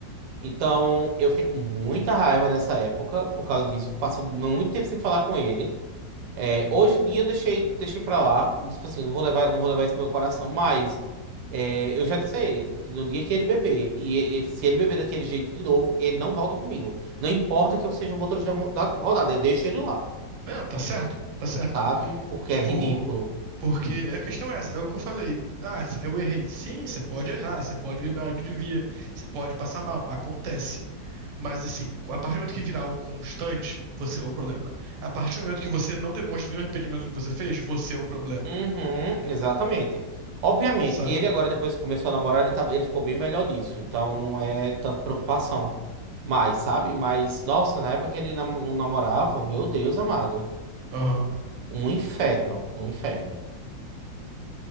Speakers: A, on the right; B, on the right.
A: Então, eu fiquei com muita raiva nessa época por causa disso. Passo muito tempo sem falar com ele. É, hoje em dia eu deixei, deixei pra lá. Tipo assim, não vou levar, não vou levar isso pro meu coração, mas é, eu já disse a ele que no dia que ele beber, e, e- se ele beber daquele jeito de novo, ele não volta comigo. Não importa que eu seja o motorista da, da rodada, eu deixo ele lá,
B: É, tá certo, tá certo.
A: sabe? Porque
B: Tipo.
A: é ridículo.
B: Porque a questão é essa, é o que eu falei. Ah, eu errei. Sim, você pode errar, você pode beber mais do que devia, você pode passar mal, acontece. Mas assim, a partir do momento que virar algo constante, você é o problema. A partir do momento que você não demonstra nenhum arrependimento do que você fez, você é o problema,
A: Uhum, exatamente. Obviamente,
B: sabe?
A: ele agora, depois que começou a namorar, ele, tá, ele ficou bem melhor disso. Então não é tanto preocupação. Mas, sabe? Mas, nossa, na época que ele nam- não namorava, meu Deus amado.
B: Aham.
A: Um inferno, um inferno.